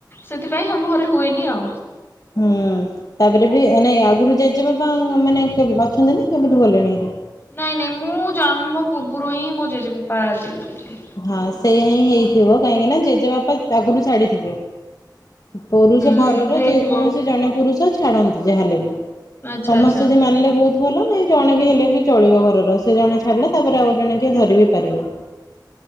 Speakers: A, on the left (about 30°); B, on the left (about 50°).
A: ସେଥିପାଇଁ ଆମ ଘରେ ହୁଏନି ଆଉ।
B: ହୁଁ, ତାପରେ ବି ଏ ନାଇଁ ଆଗରୁ ଜେଜେବାପା ମାନେ କେବ ଅଛନ୍ତି ନା କେବେଠୁ ଗଲେଣି ହେରି?
A: ନାଇଁ ନାଇଁ ମୁଁ ଜନ୍ମ ହବା ପୂର୍ବରୁ ହିଁ ମୋ ଜେଜେବାପା ଚାଲି ଯାଇଥିଲେ।
B: ହଁ ସେଇଆ ହିଁ ହେଇଥିବ କାହିଁକି ନା ଜେଜେ ବାପା ଆଗରୁ ଛାଡିଥିବେ। ପୁରୁଷ
A: ହୁଁ
B: ଘରର
A: ହେଇଥିବ
B: ଯେକୌଣସି ଜଣେ ପୁରୁଷ ଛାଡନ୍ତି ଯାହାହେଲେ ବି।
A: ଆଚ୍ଛା
B: ସମସ୍ତେ
A: ଆଚ୍ଛା।
B: ଯଦି ମାନିଲେ ବହୁତ ଭଲ ନାଇଁ ଜଣେ ବି ହେଲେ ବି ଚଳିବ ଘରର। ସେ ଜଣେ ଛାଡିଲେ ତାପରେ ଆଉ ଜଣେ କିଏ ଧରି ବି ପାରିବ।